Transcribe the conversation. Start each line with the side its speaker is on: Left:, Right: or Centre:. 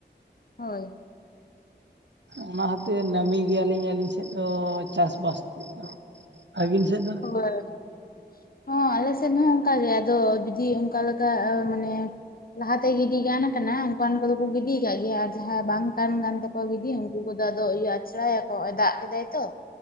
Left: ᱦᱳᱭ
Right: ᱚᱱᱟ ᱦᱚᱛᱮ ᱱᱟᱹᱢᱤ ᱜᱮᱭᱟᱞᱤᱧ ᱟᱹᱞᱤᱧ ᱥᱮᱫ ᱫᱚ ᱪᱟᱥᱵᱟᱥ ᱛᱮᱫ ᱫᱚ ᱟᱹᱵᱤᱱ ᱥᱮᱫ ᱫᱚ?
Left: <unintelligible> ᱦᱚᱸ ᱟᱞᱮ ᱥᱮᱫ ᱦᱚᱸ ᱚᱱᱠᱟᱜ ᱜᱮ ᱟᱫᱚ ᱡᱩᱫᱤ ᱚᱱᱠᱟ ᱞᱮᱠᱟ ᱢᱟᱱᱮ ᱞᱟᱦᱟᱛᱮ ᱜᱤᱰᱤ ᱜᱟᱱ ᱠᱟᱱᱟ ᱚᱱᱠᱟᱱ ᱠᱚᱫᱚ ᱠᱚ ᱜᱤᱰᱤ ᱠᱟᱫ ᱜᱮᱭᱟ ᱟᱨ ᱡᱟᱦᱟᱸ ᱵᱟᱝ ᱜᱟᱱ ᱠᱟᱱ ᱛᱟᱠᱚᱭᱟ ᱚᱠᱚ ᱜᱤᱫᱤ ᱩᱱᱠᱩ ᱠᱚᱫᱚ ᱟᱫᱚ ᱤᱭᱟᱹ ᱟᱪᱷᱲᱟᱭᱟᱠᱚ ᱦᱚᱜ-ᱚᱭ ᱫᱟᱜ ᱠᱮᱫᱟᱭ ᱛᱚ᱾